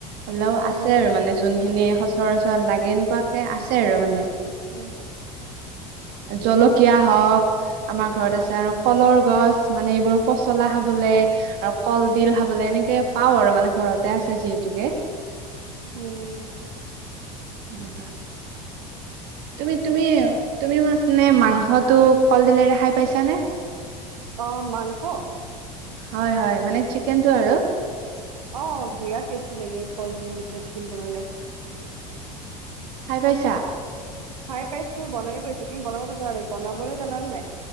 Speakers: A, on the right; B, on the right.
A: হ'লেও
B: হম,
A: আছে আৰু
B: হম,
A: মানে যোনখিনি সচৰাচৰ লাগে এনেকুৱা। কে আছে আৰু মানে।
B: উম।
A: জলকীয়া হওঁক, আমাৰ ঘৰত আছে আৰু কলৰ গছ। মানে এইবোৰ পচলা খাবলে, আৰু কলডিল
B: হম,
A: খাবলে এনেকে। পাওঁ আৰু মানে ঘৰতে আছে যিহেতুকে।
B: উম
A: <unintelligible> তুমি, তুমি তুমি মাছনে, মাংসটো কলডিলেৰে খাই পাইছানে?
B: অ', মাংস?
A: হয়, হয়, মানে চিকেনটো আৰু।
B: অ', বিৰাট টেষ্টি লাগে কলডিল দি পেলাই চিকেন বনালে।
A: খাই পাইছা?
B: খাই পাইছোঁ, বনায়ো পাইছোঁ, তুমি বনাব জানা বনাবলৈ জানানে নাই?